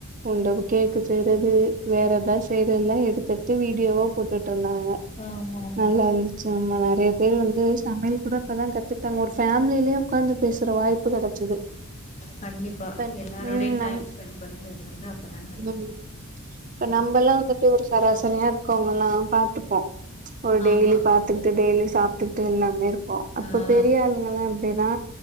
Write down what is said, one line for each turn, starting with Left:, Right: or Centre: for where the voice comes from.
Right: ஒருடவங்க கேக்கு செய்யறது வேற எதாவ் செய்யறதுல்லா எடுத்தெடுத்து வீடியோவோ போட்டுட்ருந்தாங்க
Left: ஆமா ஆமா
Right: நல்லா இருந்து சு உண்ம நெறைய பேர் வந்து சமையல் கூட அப்பதா கத்துக்கிட்டாங்க ஒரு ஃபேமிலிலே உக்காந்து பேசுற வாய்ப்பு கெடச்சது
Left: கண்டிப்பா
Right: இப்ப
Left: எல்லாரோடயு
Right: ம் நம்
Left: டைம் ஸ்பெண்ட் பண்றது வந்து அப்போதா கெடச்சுது
Right: ம் இப்ப நம்பல்லா வந்துட்டு ஒரு சராசரியா இருக்கவங்கல்லா பாத்துப்போ ஒரு டெய்லி
Left: ஆமா
Right: பாத்துக்ட்டு டெய்லி சாப்ட்டுக்ட்டு எல்லாமே இருப்போ அப்போ
Left: ஆ
Right: பெரிய ஆளுங்கல்லா அப்டிதா